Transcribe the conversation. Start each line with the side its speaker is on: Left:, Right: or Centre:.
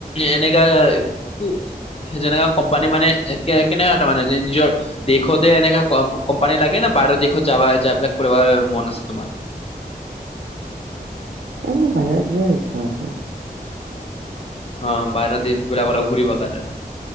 Left: এনেকা, কি? যেনেকা কোম্পানী মানে, কেনেকা মানে, নিজৰ দেশতে এনেকা কোম্পানী লাগে ন'? বাহিৰৰ দেশত যাবা? যাই পেলাই কৰিব মন আছে তোমাৰ?
Right: এই, মোৰ বাহিৰত যোৱাৰ ইচ্ছা আছে।
Left: অ'! বাহিৰৰ দেশবিলাক অলপ ঘূৰিব কাৰণে।